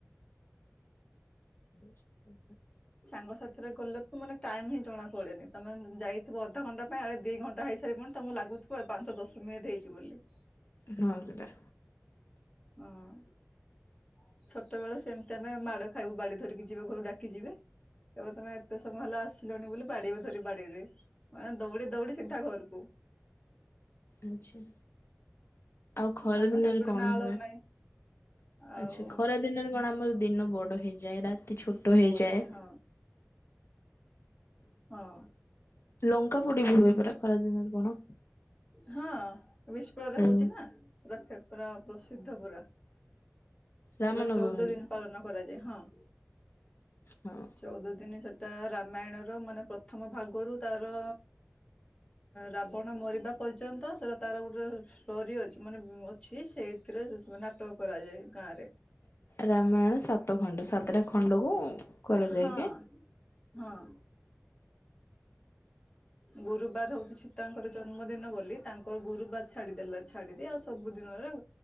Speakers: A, on the left; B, on the left.
A: <inaudible>
B: ସାଙ୍ଗ ସାଥିରେ ଗଲେ ତ ମାନେ ଟାଇମ ହିଁ ଜଣା ପଡେନି। ତମେ ଯାଇଥିବ ଅଧାଘଣ୍ଟା ପାଇଁ ଆଡେ ଦି ଘଣ୍ଟା ହେଇି <unintelligible> ତଙ୍କୁ ଲାଗୁଥିବ ପାଞ୍ଚ ଦଶ ମିନିଟ୍ ହେଇଛି ବୋଲି।
A: ହଁ ସେଟା।
B: ହଁ। ଛୋଟ ବେଳେ ସେମିତି ଆମେ ମାଡ଼ ଖାଇବୁ ବାଡି ଧରିକି ଯିବ, ଘରୁ ଡାକି ଯିବେ। କହିବେ ତମେ କେତେ ସମୟ ହେଲା ଆସିଲୁଣି ବୋଲି ବାଡିବ ଧରି ବାଡିରେ ମାନେ ଦୌଡି ଦୌଡି ସିଧା ଘରକୁ।
A: ଆଚ୍ଛା। ଆଉ ଖରା
B: ଆମ
A: ଦିନରେ
B: ସେପଟେ
A: କଣ
B: ନାଳ
A: ହୁଏ
B: ନାହିଁ। ଆଉ
A: ଆଛା ଖରା ଦିନରେ କଣ ଆମର ଦିନ ବଡ ହେଇଯାଏ ରାତି ଛୋଟ ହେଇଯାଏ।
B: ବଡ ହେଇଯା ହଁ ହଁ।
A: ଲଙ୍କା ପୋଡି ବି ହୁଏ ପରା ଖରା ଦିନରେ କଣ।
B: ହଁ <unintelligible>
A: ହୁଁ
B: ହଉଛି ନା ରଥଯାତ୍ରା ପ୍ରସିଦ୍ଧ ପୁରା।
A: ରାମନବମୀରେ
B: ସେଟା ଚଉଦ ଦିନ ପାଳନ କରାଯାଏ ହଁ।
A: ହଁ।
B: ଚଉଦ ଦିନ ସେଟା ରାମାୟଣ ର ମାନେ ପ୍ରଥମ ଭାଗରୁ ତାର ରାବଣ ମରିବା ପର୍ଯ୍ୟନ୍ତ ସେଟା ତାର ଗୋଟେ ଷ୍ଟୋରୀ ଅଛି। ମାନେ ଅଛି ସେଇଥିରେ ସବୁ ନାଟକ କରାଯାଏ ଗାଁ ରେ।
A: ରାମାୟଣ ସାତ ଖଣ୍ଡ ସାତଟା ଖଣ୍ଡକୁ କରା ଯାଇକି
B: ହଁ ହଁ। ଗୁରୁବାର ହଉଛି ତାଙ୍କର ଜନ୍ମଦିନ ବୋଲି ତାଙ୍କର ଗୁରୁବାର ଛାଡିଦେଲେ ଛାଡିକି ଆଉ ସବୁ ଦିନରେ